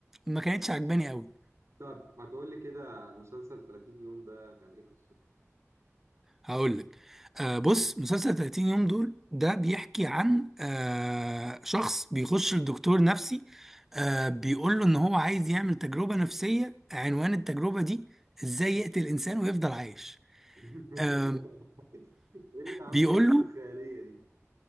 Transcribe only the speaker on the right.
طب ما تقول لي كده مسلسل 30 يوم ده كان ايه قصته
<laughs>
ايه يا عم
القصه
الخياليه دي